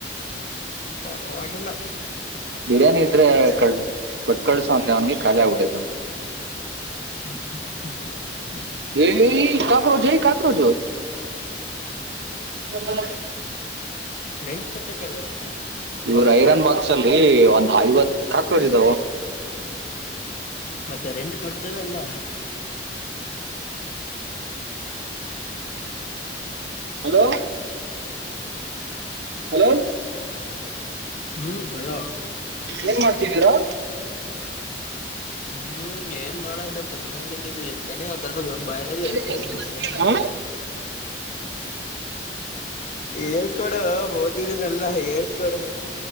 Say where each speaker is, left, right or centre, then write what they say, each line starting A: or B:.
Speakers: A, on the left (about 45°); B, on the right (about 70°).
A: ಪರವಾಗಿಲ್ಲ
B: ಬಿರಿಯಾನಿ ಟ್ರೇ ತೆಗೆದು ಕೊಟ್ ಕಳ್ಸೋ ಅಂತ ಖಾಲಿ ಆಗ್ಬಿಟೈತಂತೆ.
A: ಹ್ಮ ಹ್ಮ ಹ್ಮ
B: ಎಲ್ಲೆಲ್ಲಿ ಕಾಕ್ರೋಚ್ ಎಲ್ಲಿ ಕಾಕ್ರೋಚ್. ಇ <unintelligible>
A: ಎಂಟ್ ಗಂಟೆ ಕೆಲಸ.
B: ಇವ್ರ ಐರನ್ ಬಾಕ್ಸ್ ಅಲ್ಲಿ ಒಂದ್ ಐವತ್ ಕಾಕ್ರೋಚ್ ಇದ್ದಾವ.
A: ಮತ್ತೆ ರೆಂಟ್ ಕೊಡ್ತೀವಲ್ಲ.
B: ಹಲೋ ಹಲೋ
A: ಹ್ಮ್ ಹಲೋ
B: ಏನ್ ಮಾಡ್ತಿದ್ದೀರಾ.
A: ಹ್ಮ್ ಏನ್ ಮಾಡೋದು ಕುತ್ಕೊಂಡಿದ್ದೀನವಿ ಗಣಿ ಅದಲ್. ಬಯಲಲ್ಲಿ ಯಾ
B: ಹಲೋ
A: ಕಡೆ ಹೋಗು ಬೇಕು. ಏಳ್ಕೋಡೆ ಓದಿದಿನೆಲ್ಲ ಏಳ್ಕೋಡೆ.